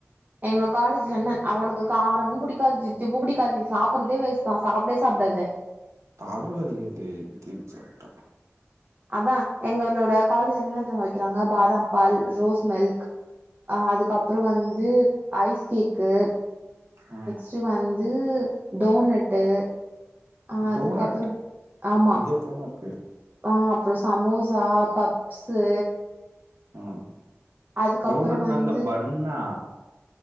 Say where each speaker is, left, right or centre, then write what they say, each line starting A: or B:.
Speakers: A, on the right; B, on the right.
A: எங்க காலேஜ்ல என்னன் அவனுக்கு காரமு புடிக்காது தித்திப்பு புடிக்காது நீ சாப்பறதே வேஸ்ட்தா சாப்புடவே சாப்டாத
B: தல வலிக்கிது தித்திப்பு சாப்ட்டா
A: அதா எங்களோட காலேஜ்ல என்ன தெரிமா வெக்கிறாங்க பாதாம் பால் ரோஸ் மில்க் ஆ அதுக்கப்புற வந்து ஐஸ் கேக்கு
B: ஆ
A: சோ வந்து டோனட்டு ஆ அதுக்கப்புறோ
B: டோனட்
A: ஆமா
B: வித்தியாசமா இருக்கு.
A: ஆ அப்பறோ சமோசா பப்ஸு
B: ம்
A: அதுக்கப்புறோ
B: டோனட்னா
A: வந்து
B: அந்த பன்னா